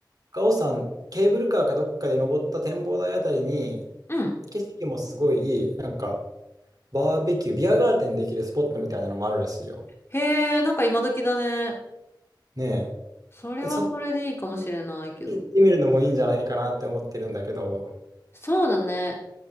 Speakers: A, on the right; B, on the left.
A: 高尾山、ケーブルカーかどっかで登った展望台あたりに、
B: うん。
A: 景色もすごいいい、なんか、バーベキュー、ビアガーデンできるスポットみたいなのもあるらしいよ。
B: へえ、なんか今時だね。
A: ね
B: それはそれでいいかもしれないけど。
A: え。えそっち行ってみるのもいいんじゃないかなって思ってるんだけど、
B: そうだね。